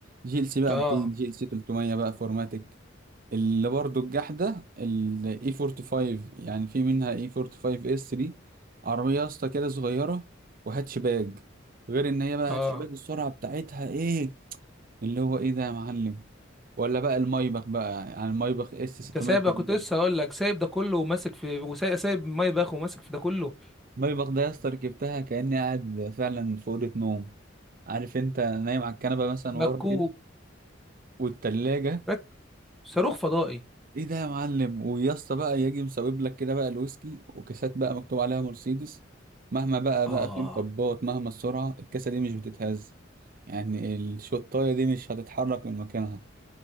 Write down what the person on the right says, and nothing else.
جي ال سي بقى
200 جي ال سي 300 بقى فورماتيك اللي برضو الجحدة ال E45 يعني في منها E45S3 عربية يا اسطى كده صغيرة وهاتشباج غير ان هي بقى
هاتشباج السرعة بتاعتها ايه اللي هو ايه ده يا معلم ولا بقى المايبخ بقى يعني المايبخ S680
المايبخ ده يا اسطى ركبتها كأني قاعد فعلا في أوضة نوم عارف انت نايم على الكنبة مثلا
ورا كده والتلاجة
ايه ده يا معلم ويا اسطى بقى يجي مسبب لك كده بقى الويسكي وكاسات بقى مكتوب عليها مرسيدس مهما بقى
بقى في مطبات مهما السرعه الكاسه دي مش بتتهز يعني الشطايه دي مش هتتحرك من مكانها